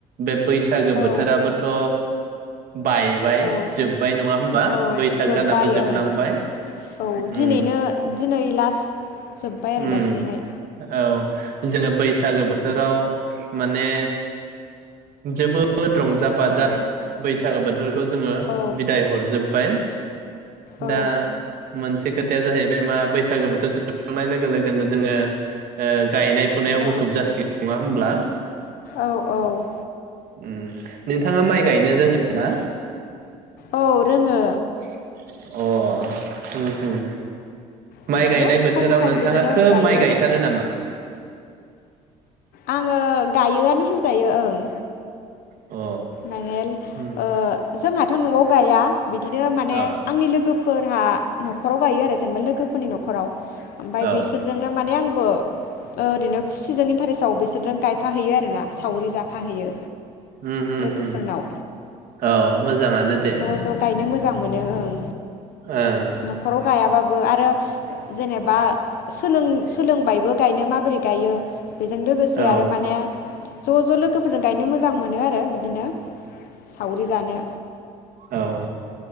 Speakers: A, on the right; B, on the left.
A: बेब बैसागो
B: औ
A: बोथोराबोथ बायबाय।
B: औ
A: जोब्बाय नङा होमबा
B: औ
A: बैसाग
B: जोब्बाय
A: दानाबो जोबलांबाय
B: ओं औ दिनैनो
A: उम
B: दिनै लास्ट जोब्बाय आरोना
A: उम
B: दिनैहाय
A: औ। जोङो बैसागो बोथोराव माने जोबोद रंजा बाजा
B: औ
A: बैसागो बोथोरखौ जों
B: औ
A: बिदाय हरजोब बाय
B: औ
A: दा मोनसे खोथाया जाहैबाय मा बैसागो बोथोर जोबखांनाय लोगो लोगोनो जोङो ओ गायनायफ फुनायाव
B: औ
A: मुखुब जासिगोन नङा होनब्ला?
B: औ औ
A: उम नोंथाङा माइ गायनो रोङोना?
B: औ रोङो।
A: अ <unintelligible>
B: बिदिनो
A: माइ गायनाय बोथोराव
B: सम सम
A: नोंथाङा
B: बिदिनो
A: खोब
B: गायो
A: माइ गायथारो
B: आरो
A: नामा?
B: आङो गायोआनो होनजायो ओं
A: अ
B: मानेल
A: उम
B: ओ जोंहाथ थ न'आव गाया बिदिनो माने
A: औ
B: आंनि लोगोफोर जोंहा नखराव गायो आरो जेनेबा लोगोफोरनि नखराव। ओमफाय
A: औ अ
B: बेसोरजोंनो माने आं फो ओरैनो खुसिजों इन्टारेस्टआव बिसोर जों गायफाहैयो आरो ना सावरि जाफाहैयो।
A: उम उम
B: लोगोफोरनाव
A: उम औ मोजाङानो दे
B: ज ज गायनो मोजां मोनो ओं
A: ओं
B: नखराव गायाबाब बो आरो जेनेबा सोलों सोलोंबायबो गायनो माबोरै गायो। बेजों लोगोसे
A: उम
B: आरो माने ज ज लोगोफोरजों गायनो मोजां मोनो आरो बिदिनो सावरि जानो
A: औ